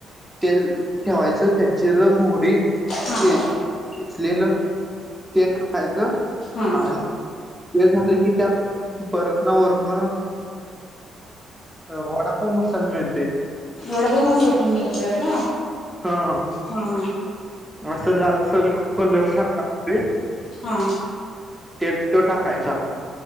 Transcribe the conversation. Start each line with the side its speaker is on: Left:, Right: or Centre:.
Centre: तेल ठेवायचं त्यात जिर मोहरी
Left: हा हा
Centre: ते ठेचलेलं ते टाकायचं
Left: हा
Centre: आणं हे झाले की त्यात परत ना वरण ह वडापाव मसाला मिळतय
Left: वडा पाव मसाला पण मिळतोय आता
Centre: हा
Left: हा हा
Centre: असं लालसर कलर सारखा ते
Left: हा
Centre: तेत त्यो टाकायचा